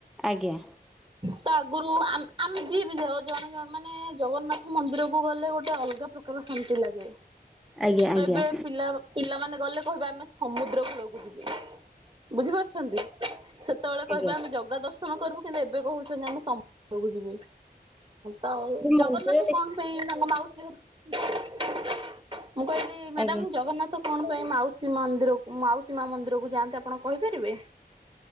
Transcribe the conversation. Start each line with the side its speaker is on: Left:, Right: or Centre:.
Centre: ଆଜ୍ଞା।
Right: ତ ଆଗରୁ ଆ-ଆମେ ଯିଏ ବି ଯାଉ ଜଣେ ଜଣ ମାନେ ଜଗନ୍ନାଥ ମନ୍ଦିରକୁ ଗଲେ ଗୋଟେ ଅଲଗା ପ୍ରକାର ଶାନ୍ତି ଲାଗେ
Centre: ଆଜ୍ଞା ଆଜ୍ଞା
Right: ତ ଏବେ ପିଲା ପିଲାମାନେ ଗଲେ କହିଵେ ଆମେ ସମୁଦ୍ର କୂଳକୁ ଯିବି ବୁଝିପାରୁଛନ୍ତି ସେତେବେଳେ
Centre: ଆଜ୍ଞା
Right: କହିବେ ଆମେ ଜଗା ଦର୍ଶନ କରିବୁ କିନ୍ତୁ ଏବେ କହୁଛନ୍ତି ଆମେ ସମୂ କୁ ଯିବି ତ
Centre: ମନ୍ଦିର
Right: ଜଗନ୍ନାଥ
Centre: ଦେଖି
Right: କଣ ପାଇଁ ତାଙ୍କ ମାଉସୀ ଘରକୁ ମୁଁ କହିଲି ମ୍ୟାଡାମ
Centre: ଆଜ୍ଞା
Right: ଜଗନ୍ନାଥ କଣ ପାଇଁ ମାଉସୀ ମନ୍ଦିରକୁ ମାଉସୀ ମା ମନ୍ଦିରକୁ ଯାଆନ୍ତି ଆପଣ କହିପାରିବେ?